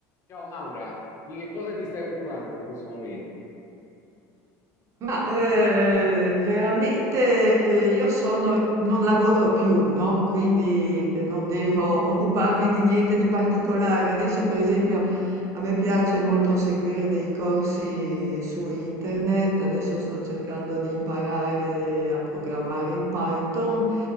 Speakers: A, on the left (about 35°); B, on the right (about 40°).
A: Ciao Maura, di che cosa ti stai occupando in questo momento?
B: Ma eh, veramente eh, io sono, non lavoro più, no? Quindi eh, non devo occuparmi di niente di particolare. Adesso, per esempio, a me piace molto seguire dei corsi su internet, adesso sto cercando di imparare a programmare in Python